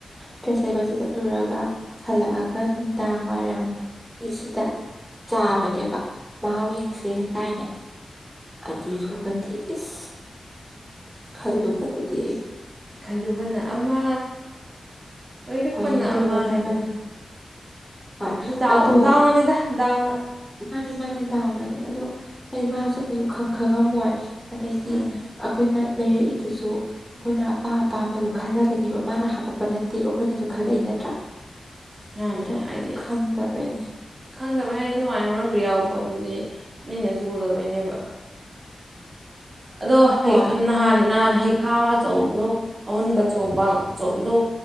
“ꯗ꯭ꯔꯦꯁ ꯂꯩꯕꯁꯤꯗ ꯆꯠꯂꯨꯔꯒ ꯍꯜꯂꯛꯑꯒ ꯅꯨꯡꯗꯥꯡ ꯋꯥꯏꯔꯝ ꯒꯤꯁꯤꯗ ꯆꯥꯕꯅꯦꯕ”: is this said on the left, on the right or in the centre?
Centre